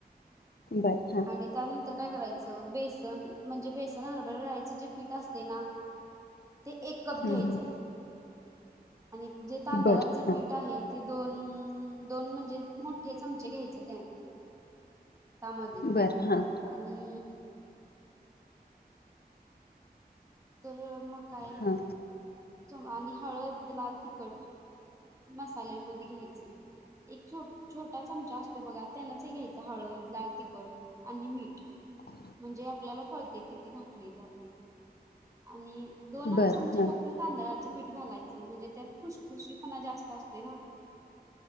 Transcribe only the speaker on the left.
बरं, हां.
हं,
हं.
बरं, हां.
बरं, हां.
हां.
हो
बरं,
हां.